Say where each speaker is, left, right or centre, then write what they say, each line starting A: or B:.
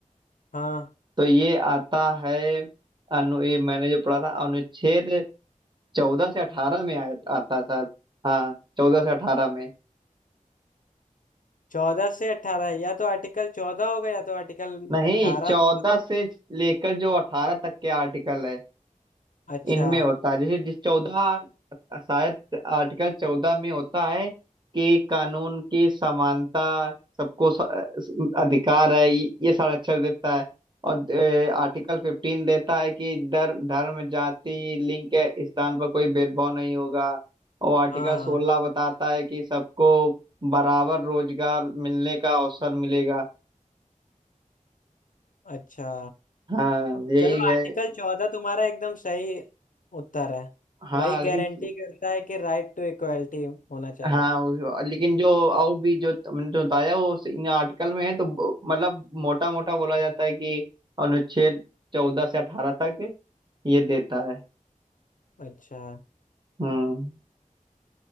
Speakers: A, on the left; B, on the right.
A: हाँ
B: तो ये आता है अनु ये मैंने जो पढ़ा था अनुच्छेद चौदह से अठारह में आ, आता है शायद हाँ चौदह से अठारह में
A: चौदह से अठारह या तो आर्टिकल चौदह होगा या तो आर्टिकल
B: नहीं
A: अठारह
B: चौदह
A: तुम
B: से लेकर जो अठारह तक के आर्टिकल है
A: अच्छा
B: इनमें होता है जैसे जिस चौदह शायद आर्टिकल चौदह में होता है कि कानून की समानता सबको स- अधिकार है ये ये संरक्षण देता है और ए, आर्टिकल फिफ्टीन देता है कि दर, धर्म जाति लिंग के स्थान पर कोई भेदभाव नहीं होगा और आर्टिकल
A: हाँ हाँ
B: सोलह बताता है कि सबको बराबर रोजगार मिलने का अवसर मिलेगा
A: अच्छा
B: हाँ यही
A: चलो
B: है
A: आर्टिकल चौदह तुम्हारा एकदम सही उत्तर है
B: हाँ
A: वही
B: लेकिन
A: गारंटी करता है कि राइट टू इक्वालिटी होना चाहिए
B: हाँ उस- लेकिन जो और भी जो तुमने जो बताया वो उस- इन आर्टिकल में है तो ब- मतलब मोटा मोटा बोला जाता है कि अनुच्छेद चौदह से अठारह तक ये देता है
A: अच्छा
B: हम्म